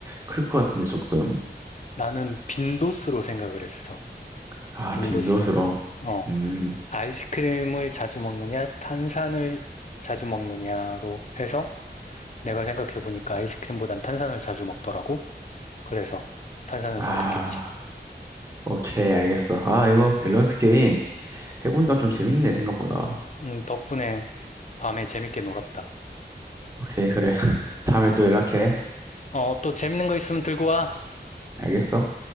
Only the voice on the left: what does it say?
나는 빈도수로 생각을 했어.
빈도수.
어,
아이스크림을 자주 먹느냐, 탄산을 자주 먹느냐로 해서 내가 생각해보니까 아이스크림보단 탄산을 자주 먹더라고. 그래서 탄산을
선택했지.
음.
음, 덕분에 밤에 재밌게 놀았다.
어, 또 재밌는 거 있으면 들고 와.